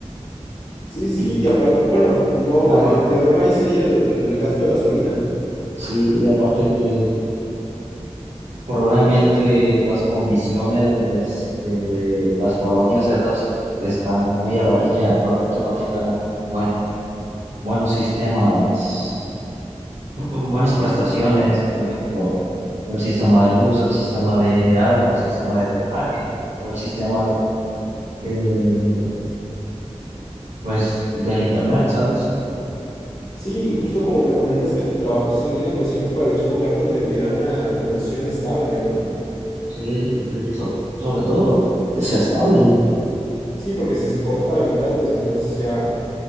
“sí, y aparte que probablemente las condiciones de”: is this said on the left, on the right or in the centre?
Right